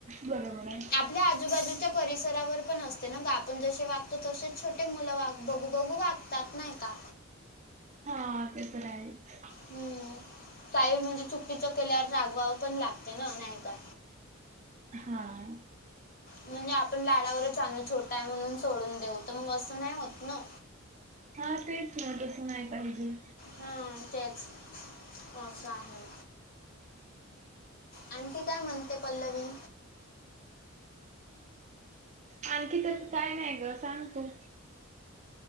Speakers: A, on the right; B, on the left.
A: बरोबर आहे..
B: ते आजूबाजूच्या परिसरावर पण असते ना ग, आपण जसे वागतो तसेच छोटे मुलं वागत बघू बघू वागतात नाही का?
A: हा ते तर आहेच..
B: हम्म. काही म्हणजे चुकीचं केल्यावर रागवावं पण लागते ना, नाही का?
A: हा..
B: म्हणजे आपण लाडावरच <unintelligible> छोटा आहे म्हणून सोडून देऊ तर मग असं नाही होत ना..
A: हा तेच ना तसं नाही पाहिजे..
B: ह तेचं, असं आहे.. आणखी काय म्हणते पल्लवी??
A: आणखी तर काय नाही ग, सांग तू?